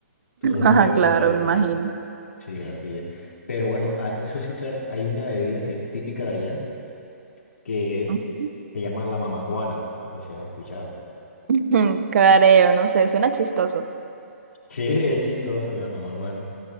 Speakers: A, on the left; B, on the right.
A: Todo <laughs> fue
B: Ajá,
A: dentro
B: claro,
A: del
B: me
A: hotel.
B: imagino.
A: Sí, así es. Pero bueno, a- eso sí, te- hay una bebida que es típica de allá, que es,
B: Ujú.
A: se llama la mamajuana. No sé si has escuchado.
B: <laughs> Careo, no sé, suena chistoso.
A: <laughs> Sí, es chistoso la mamajuana.